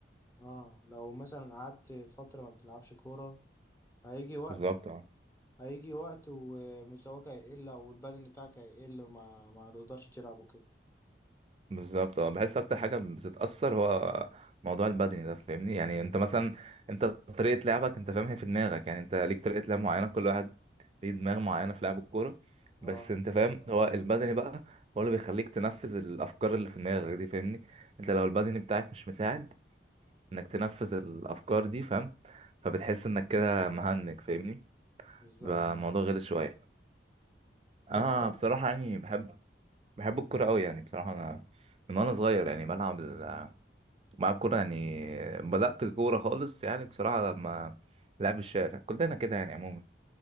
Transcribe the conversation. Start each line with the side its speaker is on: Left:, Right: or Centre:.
Left: اه لو مثلا قعدت فترة ما بتلعبش كورة هيجي وقت
Right: بالظبط اه
Left: هيجي وقت ومستواك هيقل او البدن بتاعك هيقل وما ما تقدرش تلعب وكده
Right: بالظبط اه بحس أكتر حاجة بتتأثر هو موضوع البدني ده فاهمني يعني أنت مثلا أنت طريقة لعبك أنت فاهم هي في دماغك يعني أنت ليك طريقة لعب معينة كل واحد ليه دماغ معينة في لعب الكورة
Left: اه
Right: بس أنت فاهم هو البدني بقى هو اللي بيخليك تنفذ الأفكار اللي في دماغك دي فاهمني أنت لو البدني بتاعك مش مساعد إنك تنفذ الأفكار دي فاهم فبتحس إنك كده مهنج فاهمني
Left: بالظبط
Right: بقى
Left: اه
Right: الموضوع غلس شويه اه
Left: انت قصد-
Right: بصراحه يعني بحب بحب الكوره قوي يعني بصراحه انا من وانا صغير يعني بلعب ال- بلعب كوره يعني بدات الكوره خالص يعني بصراحه لما لعب الشارع كلنا كده يعني عموما